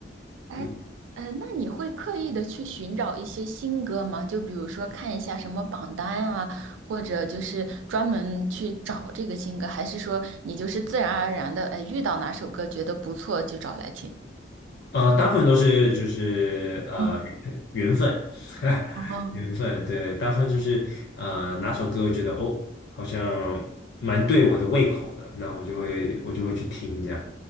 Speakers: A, on the right; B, on the left.
A: 哎，
B: 嗯。
A: 呃，那你会刻意的去寻找一些新歌吗？就比如说看一下什么榜单啊，或者就是专门去找这个新歌，还是说你就是自然而然的，哎，遇到哪首歌觉得不错就找来听？
B: 呃，大部分都是就是呃缘缘分，
A: 嗯，
B: <laughs>
A: 哦，
B: 缘分，对，大部分就是呃哪首歌我觉得哦好像蛮对我的胃口的，那我就会我就会去听这样，